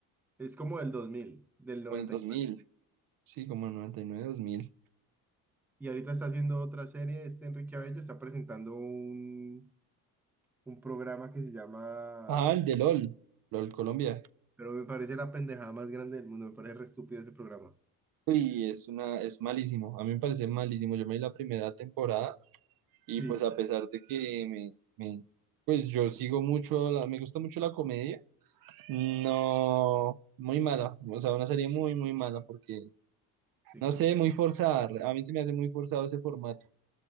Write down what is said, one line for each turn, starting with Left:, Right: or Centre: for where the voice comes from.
Centre: Es como del dos mil del noventa
Right: o en el dos
Centre: Y
Right: mil
Centre: nueve.
Right: sí, como el noventa y nueve dos mil
Centre: y ahorita está haciendo otra serie, este Enrique Abello está presentando un, un programa que se llama,
Right: Ah, el de LOL, LOL Colombia.
Centre: pero me parece la pendejada más grande del mundo, me parece re estúpido ese programa.
Right: Uy, es una, es malísimo. A mí me parece malísimo. Yo me vi la primera temporada y
Centre: Sí,
Right: pues a pesar de que me, me- pues yo sigo mucho, la- me gusta mucho la comedia. No, muy mala. O sea, una serie muy, muy mala porque,
Centre: sí,
Right: no
Centre: creo.
Right: sé, muy forzada. A mí se me hace muy forzado ese formato.